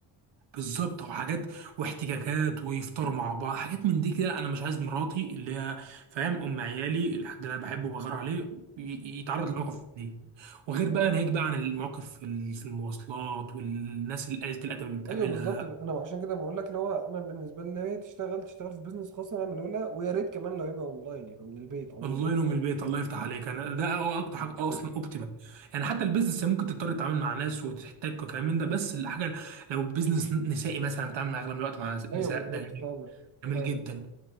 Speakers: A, on the right; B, on the right.
A: بالظبط او حاجات واحتكاكات ويفطروا مع بعض حاجات من دي كده انا مش عايز مراتي اللي هي فاهم ام عيالي الحد اللي انا بحبه وبغار عليه ي- يتعرض لمواقف دي وغير بقى ناهيك بقى عن المواقف في ال- في المواصلات والناس اللي قلة الادب اللي بتقابلها
B: ايوه بالظبط انا عشان كده بقول لك اللي هو انا بالنسبه لي لو هي تشتغل تشتغل في بيزنس خاص انا من الاولى ويا ريت كمان لو يبقى اونلاين يبقى من البيت عموما
A: الله ينوم البيت الله يفتح عليك انا ده أو- اكتر حاجه اصلا
B: <clears throat>
A: اوبتيمال يعني حتى البيزنس ممكن تضطر تتعامل مع ناس وتحتاج وكلام من ده بس الحاجه لو بيزنس نسائي مثلا بتعامل مع اغلب الوقت مع نساء
B: ايوه بالظبط
A: ده جميل
B: فاهمك
A: جميل
B: فاهمك
A: جدا